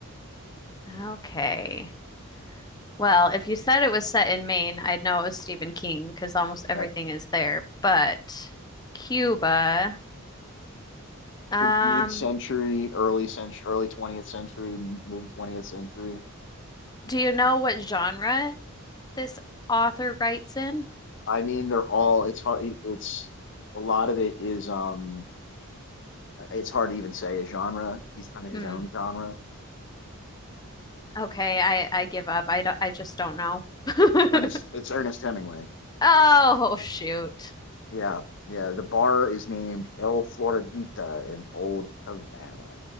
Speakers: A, on the left; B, on the left.
A: Okay. Well, if you said it was set in Maine, I'd know it was Stephen King because almost everything
B: Like
A: is there. But Cuba, um,
B: mid century, early century, early 20th century, mid 20th century.
A: do you know what genre this author writes in?
B: I mean, they're all. It's hard. it- It's a lot of it is. Um, it's hard to even say a genre. He's kind of
A: Hmm.
B: his own genre.
A: Okay, I I give up. I don't, I just don't know. <laughs>
B: Ernest. It's Ernest Hemingway.
A: Oh, shoot.
B: Yeah, yeah. The bar is named El Floridita in Old Havana.